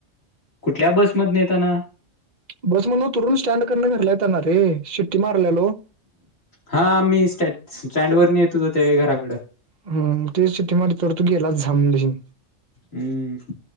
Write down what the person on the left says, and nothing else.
कुठल्या बसमधन येताना
हा मी स्ट स्टँड वरून येत होत त्या घराकडं
हम्म